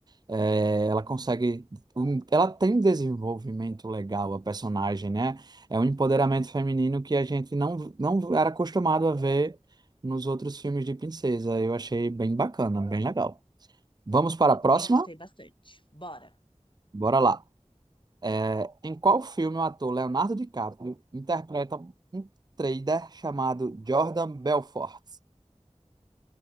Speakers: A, on the right; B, on the left.
A: é, ela consegue, um- ela tem um desenvolvimento legal, a personagem, né? É um empoderamento feminino que a gente não, não era acostumado a ver nos outros filmes de princesa. Eu achei bem bacana, bem legal. Vamos para
B: Eu
A: a próxima?
B: também gostei bastante. Bora.
A: Bora lá. É, em qual filme o ator Leonardo DiCaprio interpreta um trader chamado Jordan Belfort?